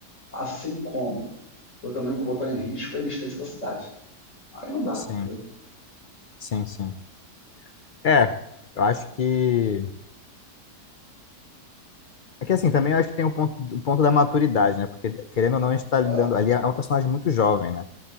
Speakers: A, on the left (about 45°); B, on the left (about 85°).
A: assim como eu também vou botar em risco a existência da cidade. Aí não dá,
B: sim,
A: entendeu?
B: sim, sim. É, eu acho que, é que assim, também eu acho que tem o ponto, o ponto da maturidade, né? Porque, querendo ou não, a gente tá
A: É,
B: lidando, ali é um personagem muito jovem, né?